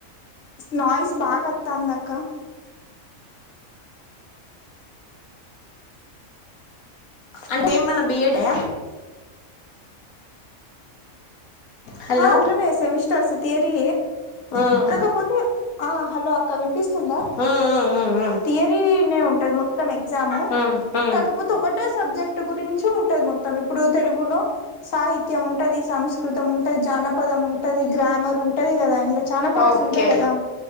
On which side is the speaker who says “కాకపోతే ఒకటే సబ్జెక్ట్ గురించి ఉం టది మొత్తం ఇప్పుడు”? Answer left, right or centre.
Left